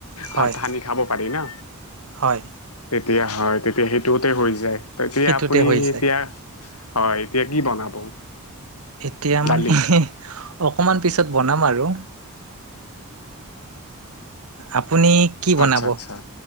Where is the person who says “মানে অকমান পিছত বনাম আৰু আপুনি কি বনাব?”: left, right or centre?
Right